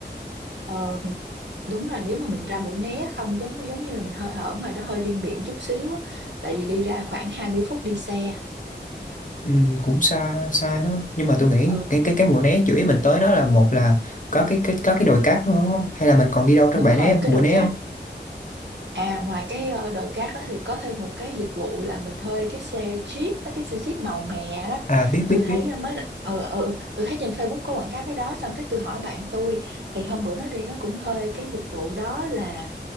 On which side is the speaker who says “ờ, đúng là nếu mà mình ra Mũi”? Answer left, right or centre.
Right